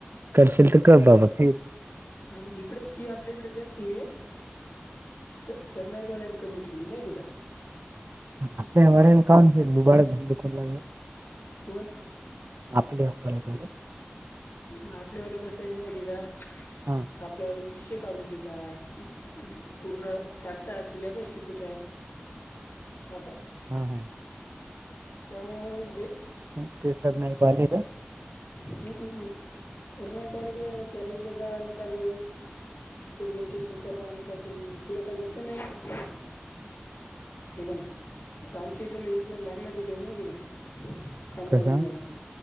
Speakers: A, on the right; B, on the left.
A: करशील तर कर बाबा हम्म.
B: अह इकडं फी आपल्याकडे जास्ती आहे. स सरनाईकवाल्याने कमी ठेवली माहिती का?
A: त्यामुळे
B: फी
A: खाऊन पिऊन <unintelligible> लागे.
B: कोण?
A: आपले आपल्याला झाले.
B: मग आपल्यावालं कसंय माहिती का?
A: हा.
B: आपल्यावाले विषय काढून देतात पूर्ण सांगतात, सिलॅबस शिकवत्यात असं
A: हा हां.
B: त्यामुळ म्हणजे
A: हम्म ते सरनाईक वाले का?
B: हम्म हम्म हम्म सरनाईक वाल्याकडे कॉलेजला जा नका जाऊ. प्रेझेंटेशन करा नका करू, मग पुढं काही येत नाही म्हणून हे का नाही आता आमच्या इथलं एक जण लागले तिच्यामध्ये माहिते का? कामगार
A: कसा
B: विभागात
A: हा कसं?